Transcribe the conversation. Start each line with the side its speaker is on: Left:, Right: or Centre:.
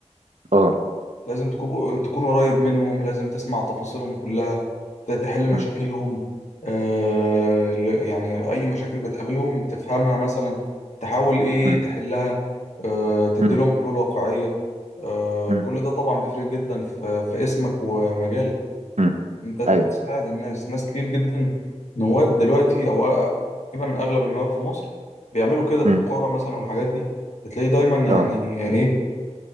Right: اه
Left: لازم تكون تكون قريب منهم لازم تسمع تفاصيلهم كلها ت- تحل مشاكلهم
Right: مم.
Left: آه، ل- يعني أي مشاكل بتقابلهم تفهمها مثلا تحاول إيه
Right: مم.
Left: تحلها آه، تديلهم
Right: مم.
Left: حلول واقعية آه،
Right: مم.
Left: كل ده طبعا بيفرق جدا في في اسمك ومجالك
Right: مم.
Left: أنت تساعد
Right: ايوه
Left: الناس ناس كتير جدا نواب دلوقتي أو أ- تقريبا أغلب النواب في مصر بيعملوا كده في
Right: مم.
Left: القرى مثلا والحاجات دي بتلاقي دايما يعني
Right: اه
Left: إيه